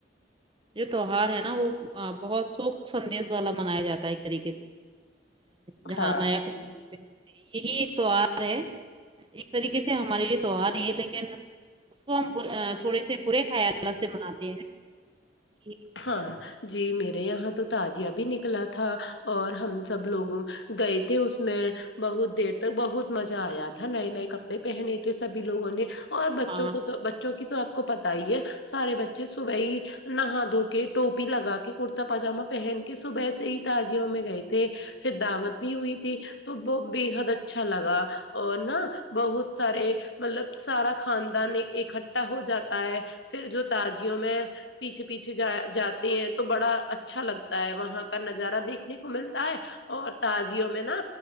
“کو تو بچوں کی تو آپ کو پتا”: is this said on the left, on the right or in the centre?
Left